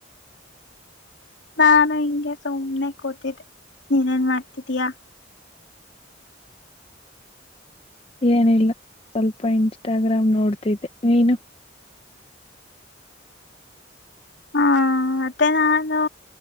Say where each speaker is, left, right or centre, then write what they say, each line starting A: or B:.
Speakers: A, on the left; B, on the left.
A: ನಾನು ಹಿಂಗೆ ಸುಮ್ನೆ ಕೂತಿದ್ದೆ ನೀನ್ನ್ ಮಾಡ್ತಿದ್ದೀಯಾ
B: ಏನಿಲ್ಲ ಸ್ವಲ್ಪ ಇನ್ಸ್ಟಾಗ್ರಾಮ್ ನೋಡ್ತಿದ್ದೆ ನೀನು
A: ಹಾ ಮತ್ತೆ ನಾನು